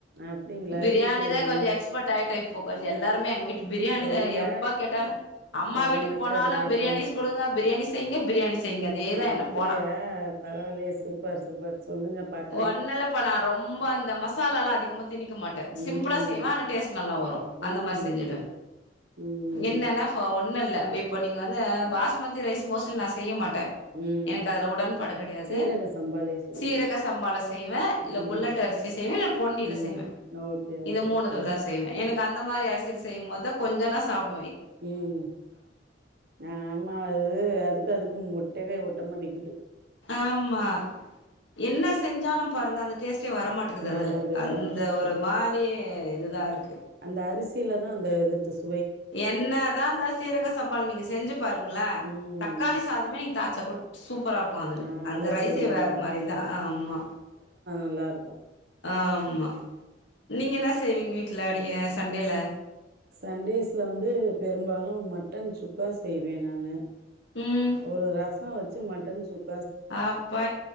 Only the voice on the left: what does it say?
பிரியாணி
தான் கொஞ்சோ எக்ஸ்பர்ட் ஆயிட்ட இப் இப்போ கொஞ்ச எல்லாருமே எங்க விட் பிரியாணி
தான் எப்பா கேட்டாலும் அம்மா
வீட்டுக்கு
போனாலும்
பிரியாணிஸ் குடுங்க பிரியாணிஸ் செய்ங்க பிரியாணிஸ் செய்ங்க அதேதான்
என்ன போனா
ஒன்னு இல்லப்பா நா ரொம்ப அந்த மசாலா அதிகமாத் திணிக்க மாட்டேன்
சிம்பிளா செய்வேன் ஆனா டேஸ்ட் நல்லா வரும் அந்த
மாதிரி செஞ்சிடுவேன்
என்னெனா ஃபர் ஒன் ஒன்னுல்ல இப்ப நீங்க வந்து பாஸ்மதி ரைஸ் மோஸ்ட்லி நான் செய்ய மாட்டேன்
எனக்கு அதுல உடன் பாடு எது
சீரக சம்பாள செய்வேன் இல்ல
புல்லட் அரிசி செய்வேன் இல்ல பொன்னில
செய்வேன்
இந்த மூணுதுல
தான் செய்வேன் எனக்கு அந்த மாதிரி அரிசில செய்யும் போதா கொஞ்ச நா சாப்பட
ஆமா என்னஸ் செஞ்சாலும் பாருங்க அந்த டேஸ்ட் டே வரமாட்டேக்குது
அதுல அந்த
ஒரு மார் இப்பயே இதுதான் இருக்கு
என்னா தான் இந்த சீரக சம்பாள நீங்க செஞ்சு பாருங்களே
தக்காளி சாதமே நீங்க தாள்சப் <unintelligible> சூப் பறா இருக்கு அதுல
அந்த
ரைசே
வேற மாரி தான் ஆமா
ஆமா நீங்க என்ன செய்வீங்க வீட் ட்ல அடிய சண்டேல
ம்
அப்பா